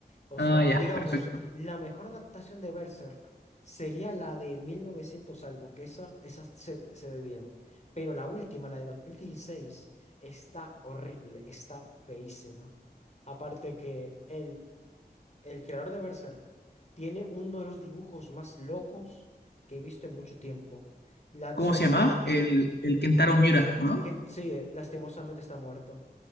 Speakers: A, on the left; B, on the left.
A: O
B: Ah,
A: sea,
B: ya,
A: digamos,
B: perfecto.
A: la mejor adaptación de Berserk sería la de 1900 algo, que esa, esa se, se ve bien. Pero la última, la de 2016, está horrible, está feísima. Aparte que el, el creador de Berserk tiene uno de los dibujos más locos que he visto en mucho tiempo. Latzo
B: ¿Cómo se
A: Tens-
B: llamaba? El, el Kentaro Miura, ¿o no?
A: que sí, lastimosamente está muerto.